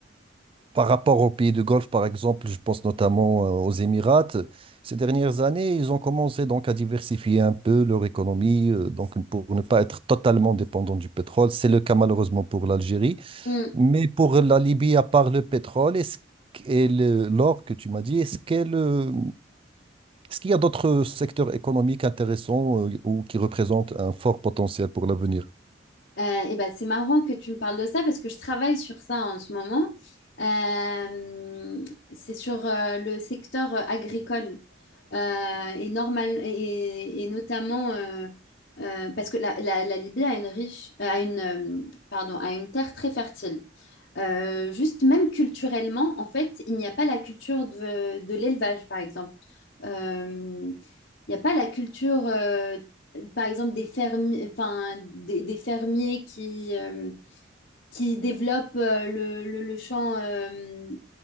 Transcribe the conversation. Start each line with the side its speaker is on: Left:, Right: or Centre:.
Right: Par rapport aux pays du Golfe, par exemple, je pense notamment euh, aux Émirats, ces dernières années, ils ont commencé donc à diversifier un peu leur économie, euh, donc pour ne pas être totalement dépendant du pétrole. C'est le cas malheureusement pour l'Algérie.
Left: Oui.
Right: Mais pour la Libye, à part le pétrole est-ce qu- et le- l'or que tu m'as dit, est-ce qu'elle, euh, est-ce qu'il y a d'autres secteurs économiques intéressants euh, ou qui représentent un fort potentiel pour l'avenir?
Left: Euh, et ben, c'est marrant que tu me parles de ça parce que je travaille sur ça en ce moment. Euh, c'est sur euh, le secteur agricole euh, et, normal, et, et notamment euh, euh, parce que la, la- la Libye a une riche, euh, a une, euh, pardon, a une terre très fertile. Euh, juste même culturellement, en fait, il n'y a pas la culture de, de l'élevage, par exemple. Euh, il n'y a pas la culture, euh, par exemple, des fermiers, enfin, des, des fermiers qui, euh, qui développe euh, le, le, le champ euh,